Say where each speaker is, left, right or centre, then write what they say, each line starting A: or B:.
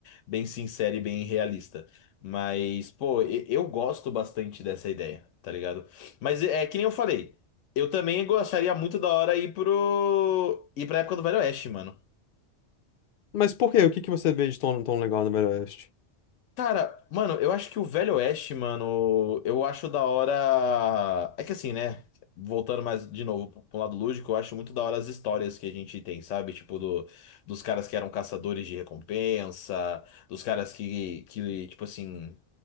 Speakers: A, on the left; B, on the left.
A: bem sincero e bem realista. Mas, pô, e- eu gosto bastante dessa ideia, tá ligado? Mas é é que nem eu falei, eu também gostaria muito da hora ir pro. ir pra época do Velho Oeste, mano.
B: Mas por quê? O que que você vê de tão, tão legal no Velho Oeste?
A: Cara, mano, eu acho que o Velho Oeste, mano, eu acho da hora. É que assim, né? Voltando mais de novo pro pro lado lúdico, eu acho muito da hora as histórias que a gente tem, sabe? Tipo, do, dos caras que eram caçadores de recompensa, dos caras que, que tipo assim,